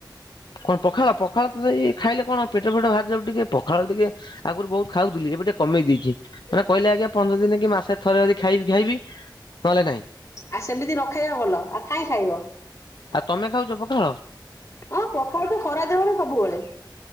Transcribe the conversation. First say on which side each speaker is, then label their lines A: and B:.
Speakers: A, on the left (about 65°); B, on the left (about 40°).
A: କଣ ପଖାଳ, ପଖାଳ ତ ସେଇ ଖାଇଲେ କଣ ପେଟ ଫେଟ ବାହାରି ଯାଉଚି ଟିକେ। ପଖାଳ ଟିକେ ଆଗରୁ ବହୁତ ଖାଉଥିଲି, ଏବେ ଟିକେ କମେଇ ଦେଇଛି। ମାନେ କହିଲେ ଆଜ୍ଞା ପନ୍ଦର ଦିନ କି ମାସେ ଥରେ ଯଦି ଖାଇବି ଖାଇବି ନହେଲେ ନାହିଁ।
B: ଆ ସେମିତି ନ ଖାଇବା ଭଲ, ଆଉ କାଇଁ ଖାଇବ।
A: ଆଉ ତମେ ଖାଉଛ ପଖାଳ?
B: ହଁ ପଖାଳ ତ ଖରାଦିନରେ ସବୁବେଳେ।